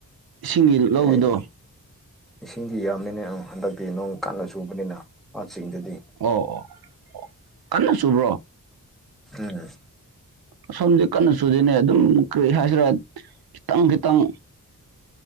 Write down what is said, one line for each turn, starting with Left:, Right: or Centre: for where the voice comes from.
Right: ꯏꯁꯤꯡꯒꯤ ꯂꯧꯒꯤꯗꯣ
Centre: ꯑꯦ ꯏꯁꯤꯡꯗꯤ ꯌꯥꯝꯅꯤꯅꯦ ꯍꯟꯗꯛꯇꯤ ꯅꯣꯡ ꯀꯟꯅ ꯆꯨꯕꯅꯤꯅ ꯆꯤꯡꯗꯗꯤ
Right: ꯑꯣ ꯑꯣ ꯑꯣ ꯀꯟꯅ ꯆꯨꯕ꯭ꯔꯣ
Centre: ꯎꯝ
Right: ꯑꯁꯣꯝꯗꯤ ꯀꯟꯅ ꯆꯨꯗꯦꯅꯦ ꯑꯗꯨꯝ ꯀꯔꯤ ꯍꯥꯏꯁꯤꯔꯥ ꯈꯤꯇꯪ ꯈꯤꯇꯪ